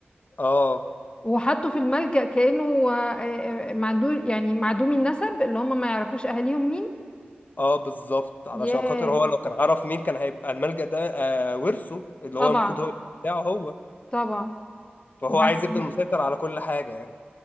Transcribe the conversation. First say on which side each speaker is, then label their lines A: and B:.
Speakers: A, on the left; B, on the left.
A: اه
B: وحطه في الملجأ كأنه آه، آه، معدوم يعني معدومي النسب اللي هم ما يعرفوش اهاليهم مين
A: اه بالظبط علشان
B: ياه
A: خاطر هو لو كان عرف مين كان هيبقى الملجأ ده آه ورثه اللي
B: طبعا
A: هو المفروض هو اللي بتاعه هو
B: طبعا
A: فهو
B: وبعدين
A: عايز يفضل مسيطر على كل حاجة يعني